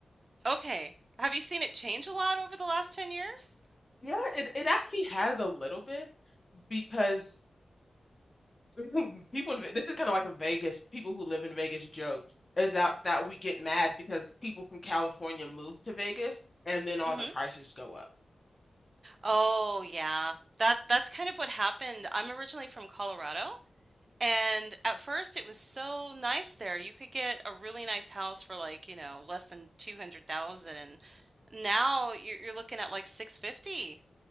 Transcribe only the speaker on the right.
Okay. Have you seen it change a lot over the last 10 years?
hmm
Oh yeah. That that's kind of what happened. I'm originally from Colorado, and at first it was so nice there. You could get a really nice house for like, you know, less than 200,000 and now you're you're looking at like 650.